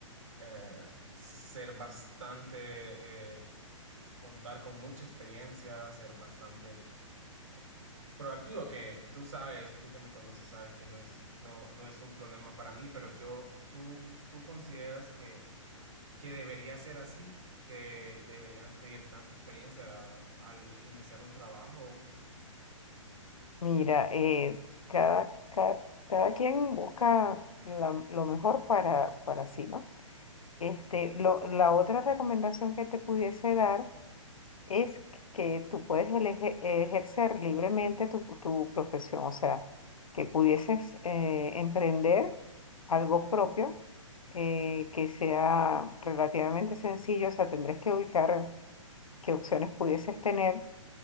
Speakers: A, on the right (about 70°); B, on the left (about 85°).
A: eh, ser bastante, eh, contar con mucha experiencia, ser bastante eh, proactivo, que tú sabes, tú que me conoces, sabes que no es, no, no es un problema para mí, pero yo, tú, tú consideras que, que debería ser así, que deberían pedir tanta experiencia al iniciar un trabajo.
B: mira, eh, cada, cada, cada quien busca la- lo mejor para, para sí, ¿no? Este, lo, la otra recomendación que te pudiese dar es que tú puedes eleje- ejercer libremente tu, tu profesión, o sea, que pudieses eh, emprender algo propio eh, que sea relativamente sencillo, o sea, tendrías que ubicar qué opciones pudieses tener.